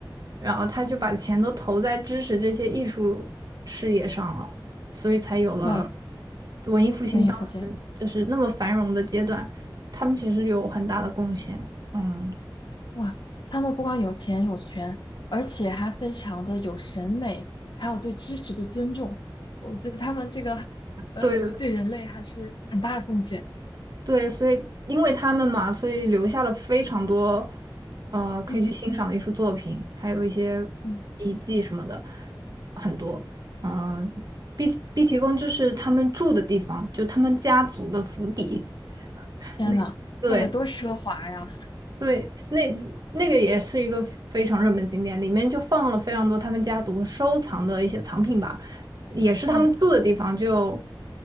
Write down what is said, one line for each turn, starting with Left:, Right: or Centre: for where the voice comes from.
Right: 然后他就把钱都投在支持这些艺术事业上了，所以才有了
Left: 哇，
Right: 文艺复兴当时就是那么繁荣的阶段，
Left: 文艺复兴，
Right: 他们其实有很大的贡献。嗯，
Left: 哇，他们不光有钱有权，而且还非常的有审美，还有对知识的尊重，我觉得他们这个，呃，
Right: 对
Left: 对人类还是很大的贡献，
Right: 对，所以因为他们嘛，所以留下了非常多，呃，可以去欣赏的艺术作品，
Left: 嗯
Right: 还有一些
Left: 嗯
Right: 遗迹什么的，很多。
Left: 嗯，
Right: 嗯、毕毕提宫就是他们住的地方，就他们家族的府邸。
Left: 天呐，
Right: 那对
Left: 那得多奢华呀，
Right: 对，那那个也是一个非常热门景点，里面就放了非常多他们家族收藏的一些藏品吧，也是他们住的地方就，
Left: 嗯